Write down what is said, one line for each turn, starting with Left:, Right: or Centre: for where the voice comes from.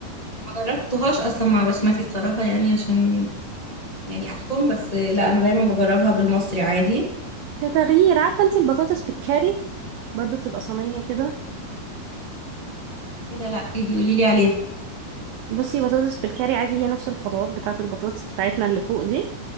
Left: ما جربتهاش أصلا مع بسمتي الصراحة يعني عشان يعني أحكم بس لا أنا دايما بجربها بالمصري عادي
Right: كتغيير عارفة انتي البطاطس بالكاري برضو بتبقى صينية كده
Left: ايه ده لا ايه دي قوليلي عليها
Right: بصي بطاطس بالكاري عادي هي نفس الخطوات بتاعة البطاطس بتاعتنا اللي فوق دي